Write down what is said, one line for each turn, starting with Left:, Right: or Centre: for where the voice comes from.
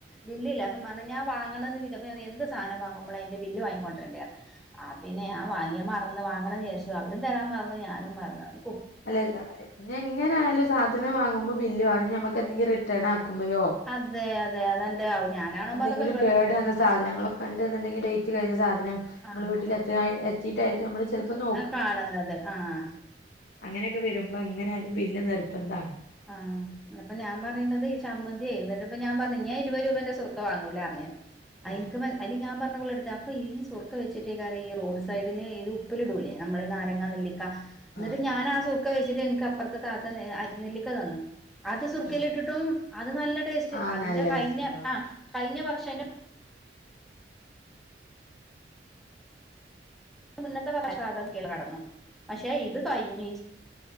Centre: ബില്ലില്ല അപ്പോം പർഞ്ഞ് ഞാ വാങ്ങണന്ന് വിജാ അപ്പൊ എന്ത് സാനം വാങ്ങുമ്പളേ അയ്ന്റെ ബില്ല് വാങ്ങിക്കൊണ്ട്രൻ്റെർ ആഹ് പിന്നെ ഞാവാങ്ങിയ മറന്ന് വാങ്ങണംന്നിയാര്ച്ചു അവരും തരാൻ മറന്ന് ഞാനും മറന്നു
Left: അല്ലെല്ല ഞിഎങ്ങന ആയാലും സാധനം വാങ്ങുമ്പോ ബില്ല് വേണം ഇനി ഞമക്ക് എന്തെങ്കിലൊര് റ്റേനാക്കുമ്പയോ
Centre: അതെ അതെ അതെന്റെ ഞാനാണുമ്പോ
Left: എന്തെങ്കിലും
Centre: അതൊക്കെ ശ്രദ്ധിക്കും
Left: കേട് വന്ന സാധനങ്ങളും കണ്ട്ന്ന്ണ്ടെങ്കി ഡൈറ്റ് കഴിഞ്ഞ സാധനം
Centre: ആ
Left: മ്മള് വീട്ടിലെത്തിയായി എത്തീട്ടായിരിക്കമ്മളചെൽപ്പം നോ
Centre: ആഹ് കാണ്ന്നത് ആഹ്
Left: അങ്ങനെക്കെ വരുമ്പോങ്ങനെയാലും ബില്ല് നിർബന്ധാണ്
Centre: ആഹ് ഇന്ന്പ്പഞാമ്പറിന്നത് ഈ ചമ്മന്തി ന്ന്ട്ട്പ്പഞാമ്പർഞു ഞ്യഇരുവത് രൂപേന്റെ സുർക്കാ വാങ്ങൂലാർഞ്ഞു അയിൻക്ക്
Left: ആഹ്
Centre: മൻ അയില് ഞാൻ പർഞ്ഞു ഇവളെട്ത്ത് അപ്പോ ഈ സുറുക്ക വെച്ചിട്ടെയ്കാരം ഈ റോഡ് സൈഡിന് ഇത് ഉപ്പിലിടുലേ നമ്മളേ നാരങ്ങ നെല്ലി ല്ല ന്നിട്ട്
Left: ആഹ്
Centre: ഞാനാസുർക്ക
Left: ആഹ്
Centre: വെച്ചിട്ട് എൻക്ക് അപ്പുർത്തൊത്ത നേ അരിനെല്ലിക്ക തന്നു അത് സുർക്കേലിട്ട്
Left: ആഹ്
Centre: ട്ടും അത് നല്ല ടേസ്റ്റ്
Left: ആഹ്
Centre: അതിന്റെ
Left: നല്ല
Centre: കഴിഞ്ഞ
Left: രസണ്ടാവും
Centre: ആഹ് കഴിഞ്ഞ വർഷ മുന്നത്തെ വർഷം സാധ കേൾ നടന്നു പക്ഷെ ഇത് കഴിഞ്ഞ്